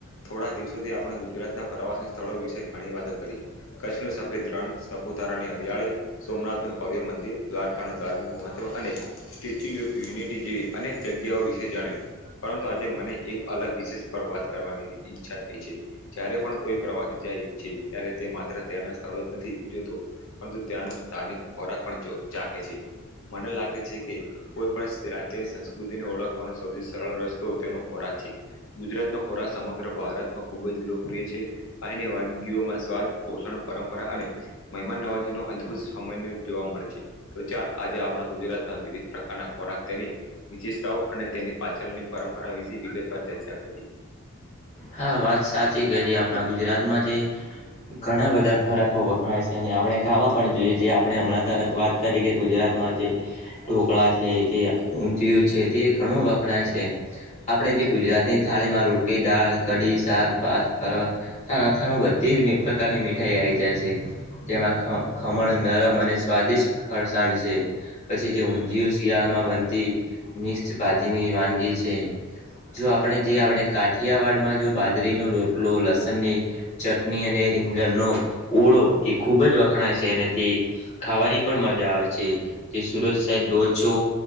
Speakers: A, on the left; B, on the left.
A: થોડા દિવસોથી, આપણે ગુજરાતના પ્રવાસન સ્થળો વિશે ઘણી વાતો કરી, કચ્છનુ સફેદ રણ સપૉ ઉતારાની હરિયાળી, સોમનાથનું ભવ્ય મંદિર, દ્વારકાનું ધાર્મિક મહત્વ અને સ્ટેચ્યુ ઓફ યુનિટી, જેવી અનેક જગ્યાઓ વિશે જાણ્યું, પરંતુ આજે મને એક અલગ વિશેષ પર વાત કરવાની ઈચ્છા થઈ છે, જ્યારે પણ કોઈ પ્રવાસ જાય છે, ત્યારે તે માત્ર સ્થળો જ નથી, જોતો પરંતુ ત્યાંનું સ્થાનિક ખોરાક પણ ચૉ ચાખે છે. મને લાગે છે કે, કોઈ પણ રાજ્યની સંસ્કૃતિને ઓળખવાનો સૌથી સરળ રસ્તો, તેનો ખોરાક છે, ગુજરાત નો ખોરાક સમગ્ર ભારતમાં ખુબ જ લોકપ્રિય છે, અહીની વાનગીઓમાં સ્વાદ પોષણ, પરંપરા અને મહેમાન નવાજી નો અદભુત સામાન્ય જોવા મળે છે, તો ચાલ આજે આપણા ગુજરાતના વિવિધ પ્રકારના ખોરાક તેની વિશેષતાઓ અને તય ની પાછળની પરંપરા વિશે વિગતવાર ચર્ચા, કરીએ.
B: હા, વાત સાચી કરી આપણા ગુજરાતમા જે ઘણા બધા ખોરાકો વખણાય છે, અને આપણે ખાવા પણ જોઈએ, જે આપણે હમણાં તરત વાત કરી કે ગુજરાતમાં જે ઢોકળા છે, જે ઊંધિયું છે તે ઘણું વખણાય છે, આપણે જે ગુજરાતની થાળીમા રોટી દાળ કઢી, શાક, ભાત ફર્ બધી જ પ્રકારની મીઠાઈ આવી જાય છે. તેમાં ખ ખમણ નરમ અને સ્વાદિષ્ટ ફરસાણ છે, પછી, તે ઊંધિયું શિયાળામાં બન તી મિક્ષ ભાજીની વાનગી છે, જો આપણે જે આપણે કાઠિયાવાડમાં જો બાજરીનો રોટલો લસણની, ચટની અને રીંગણનો ઓળો એ ખૂબજ વખણાય છે, અને તે ખાવાની પણ મજા આવે છે, જે સુરત સાઈટ લોચો